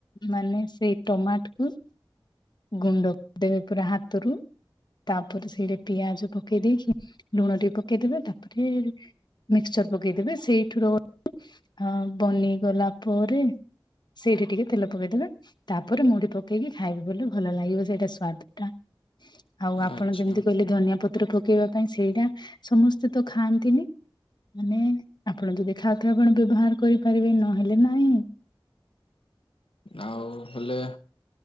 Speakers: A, on the left (about 55°); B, on the left (about 85°).
A: ମାନେ ସେଇ ଟମାଟ କୁ ଗୁଣ୍ଡ କରିଦେବେ ପୁରା ହାତରୁ। ତାପରେ ସେଇଟା ପିଆଜ ପକେଇ ଦେଇକି, ଲୁଣ ଟିକେ ପକେଇଦବେ ତାକୁ ଫିର ମିକ୍ସଚର ପକେଇଦବେ ସେଇଠ ରୁ- ହଁ ବନିଗଲା ପରେ ସେଇଠି ଟିକେ ତେଲ ପକେଇଦବେ। ତାପରେ ମୁଢି ପକେଇକି ଖାଇବେ ବୋଲେ ଭଲ ଲାଗିବ ସେଇଟା ସ୍ୱାଦଟା। ଆଉ ଆପଣ
B: ଆଚ୍ଛା
A: ଯେମିତି କହିଲେ, ଧନିଆ ପତ୍ର ପକେଇବା ପାଇଁ ସେଇଟା ସମସ୍ତେ ତ ଖାଆନ୍ତିନି। ମାନେ ଆପଣ ଯଦି ଖାଉଥିବେ, ଆପଣ ବ୍ୟବହାର କରିପାରିବେ, ନହେଲେ ନାଇଁ।
B: ଆଉ ହେଲେ,